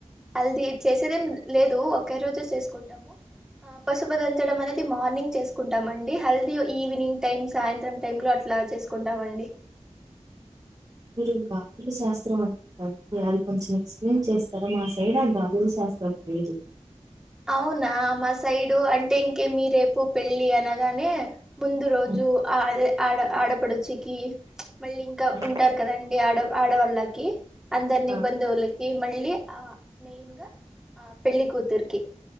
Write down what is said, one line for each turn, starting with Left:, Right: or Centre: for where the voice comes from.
Centre: హల్దీ చేసేదేం లేదు ఒకే రోజు చేసుకుంటాము ఆ పసుపు దంచడం మ అనే ది మార్నింగ్ చేసుకుంటామండి హల్దీ ఈవెనింగ్ టైమ్స్ సాయంత్రం టైమ్ లో అట్లా చేసుకుంటామండి
Right: మీరు గాజుల శాస్త్రం అన్నారు కదండి అది కొంచెం ఎక్స్ప్లెయిన్ చేస్తారా మా సైడ్ ఆ గాజుల్ శాస్త్రం లేదు
Centre: అవునా మా సైడు అంటే ఇంకేమీ రేపు పెళ్ళి అనగానే ముందు రోజు
Right: హ్మ్.
Centre: అదే ఆడ ఆడపడుచుకి మళ్ళీ ఇంకా
Right: హ్మ్.
Centre: ఉంటారు కద అండి ఆడ ఆడవాళ్లకి అందరిని
Right: ఆ!
Centre: బంధువులీ ఈ మళ్ళీ ఆ మెయిన్ గా ఆ పెళ్లి కూతురుకి